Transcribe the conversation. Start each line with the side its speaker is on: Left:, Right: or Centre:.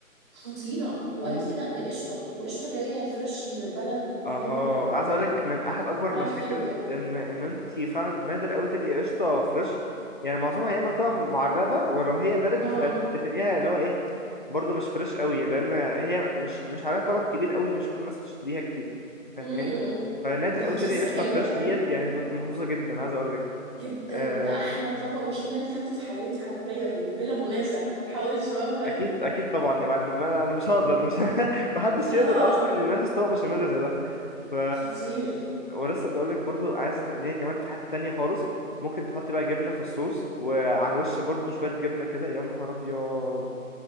Right: خطيرة وقالت
Left: امم.
Right: لي لا ده قشطة وقشطة جاية فريش من البلد وفاهم
Left: اها
Right: يعني
Left: عايز اقول لك من احد اكبر
Right: صباح
Left: المشاكل
Right: الخير يعني
Left: ان ان انت فعلا نادر قوي تلاقي قشطه فريش يعني معظمها يا اما بتبقى معلبه ولو هي بلدي
Right: اه
Left: فبتلاقيها اللي هو ايه برضو مش فريش قوي لان هي مش مش عليها طلب كبير قوي مش كل الناس بتشتريها كتير فاهماني
Right: امم
Left: فنادر
Right: دي
Left: قوي
Right: كانت
Left: تلاقي
Right: لسه
Left: قشطه
Right: جاية
Left: فريش
Right: فاهم
Left: ديت يعني انت كنت محظوظه جدا عايز اقول لك
Right: جدا
Left: آه،
Right: ده أحلى طبق بشاميل اللي أكلته في حياتي حرفيا بلا منازع ما تحاولش بقى فاهم
Left: اكيد اكيد طبعا يا معلم لا انا مش هقدر مش <laughs> محدش
Right: <laughs> اه
Left: يقدر اصلا ينافس طبق بشاميل زي ده ف
Right: خطير
Left: ولسه بقول لك برضو عايزه تنقليها كمان في حته تانية خالص ممكن تحط بقى جبنه في الصوص وعلى الوش برضو شويه جبنه كده يا نهار ابيض